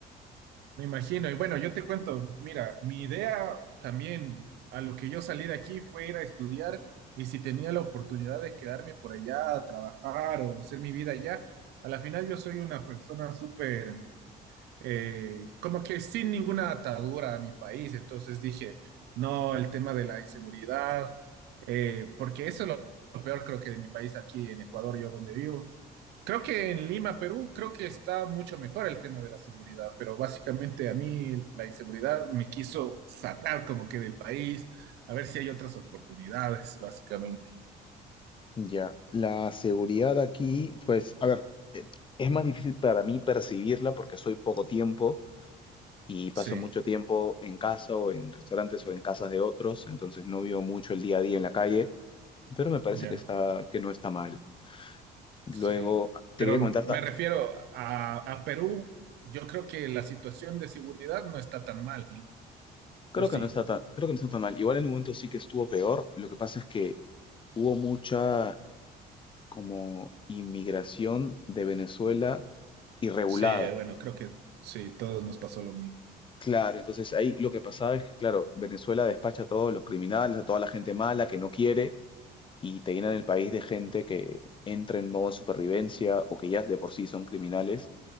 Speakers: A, on the right (about 85°); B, on the left (about 30°).
A: me imagino. Y bueno, yo te cuento, mira, mi idea también a lo que yo salí de aquí fue ir a estudiar y si tenía la oportunidad de quedarme por allá a trabajar o hacer mi vida allá, a la final yo soy una persona súper eh, como que sin ninguna atadura a mi país. Entonces dije, no, el tema de la inseguridad, eh, porque eso es lo, lo peor creo que de mi país aquí en Ecuador, yo donde vivo. Creo que en Lima, Perú, creo que está mucho mejor el tema de la seguridad, pero básicamente a mí la inseguridad me quiso sacar como que del país, a ver si hay otras oportunidades, básicamente.
B: Ya, la seguridad aquí, pues, a ver, eh, es más difícil para mí percibirla porque estoy poco tiempo y paso
A: Sí,
B: mucho tiempo en casa o en restaurantes o en casas de otros, entonces no veo mucho el día a día en la calle, pero me parece
A: ya.
B: que está, que no está mal. Luego,
A: Sí,
B: te
A: pero
B: quería comentar,
A: me
B: ta-
A: refiero a, a Perú, yo creo que la situación de seguridad no está tan mal,
B: creo
A: ¿o sí?
B: que no está tan, creo que no está tan mal. Igual en un momento sí que estuvo peor, lo que pasa es que hubo mucha como inmigración de Venezuela irregulada.
A: Sí, bueno, creo que sí, todos nos pasó lo mismo.
B: Claro, entonces ahí lo que pasaba es que, claro, Venezuela despacha a todos los criminales, a toda la gente mala que no quiere y te llenan el país de gente que entra en modo supervivencia o que ya de por sí son criminales